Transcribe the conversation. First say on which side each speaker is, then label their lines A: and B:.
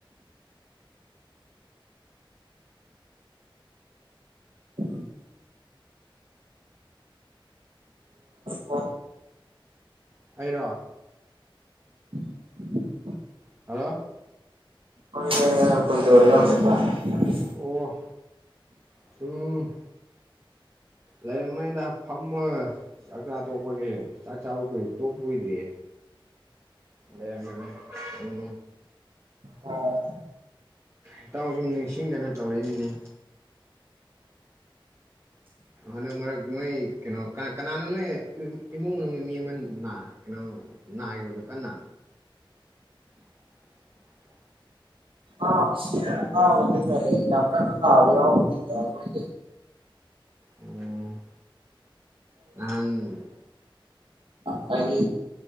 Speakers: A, on the right; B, on the right.
A: <unintelligible> ꯐꯥꯎ
B: ꯑꯩꯔꯣ
A: <unintelligible>
B: ꯍꯜꯂꯣ
A: ꯍꯣꯏ ꯍꯣꯏ ꯍꯥꯏꯔꯒ ꯀꯣꯗꯧꯔꯤꯅꯣ ꯍꯧꯖꯤꯛꯄꯨ
B: ꯑꯣ ꯁꯨꯝ ꯂꯩꯔꯝꯕꯅꯤꯗ ꯐꯝꯃꯒ ꯆꯥꯛ ꯆꯥ ꯇꯣꯛꯄꯒꯤ ꯆꯥꯕ ꯀꯨꯏ ꯇꯣꯛꯄ ꯀꯏꯗꯔꯤꯌꯦ ꯂꯩꯔꯝꯃꯤꯕꯅꯤ ꯎꯝ
A: ꯑꯣ
B: ꯏꯇꯥꯎ ꯁꯨꯝ ꯅꯤꯡꯁꯤꯡꯗꯅ ꯇꯧꯔꯛꯏꯃꯤꯅꯦ ꯍꯟꯗꯛ ꯃꯔꯛ ꯅꯣꯏ ꯀꯩꯅꯣ ꯀꯅꯥ ꯀꯅꯥꯅꯣ ꯅꯣꯏ ꯏꯃꯨꯡ ꯃꯅꯨꯡꯒꯤ ꯃꯤ ꯑꯃ ꯅꯥ ꯀꯩꯅꯣ ꯅꯥꯈꯤꯕꯗꯨ ꯀꯟꯅ <inaudible>
A: ꯑ ꯁꯤ ꯑꯅꯥꯕꯗꯤ ꯐꯔꯦ ꯌꯥꯝ ꯀꯟꯅꯥ ꯅꯥꯕꯗꯤ ꯌꯥꯎꯒꯤꯗꯦ ꯑꯩꯈꯣꯏꯗꯤ
B: ꯎꯝ ꯅꯍꯥꯟ
A: ꯍꯥꯏꯗꯤ